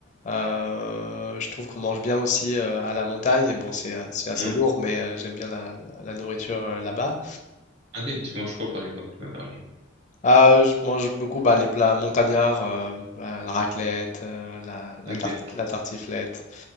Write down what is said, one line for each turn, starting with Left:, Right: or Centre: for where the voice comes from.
Left: Euh, je trouve qu'on mange bien aussi euh, à la montagne. Bon, c'est euh, c'est assez
Right: Ouais.
Left: lourd, mais euh, j'aime bien la, la nourriture euh, là-bas.
Right: Ok, tu manges quoi par exemple euh, à la montagne?
Left: Euh, je mange beaucoup bah, les plats montagnards, euh, euh, la raclette, euh, la, la
Right: Ok,
Left: tarte- la tartiflette,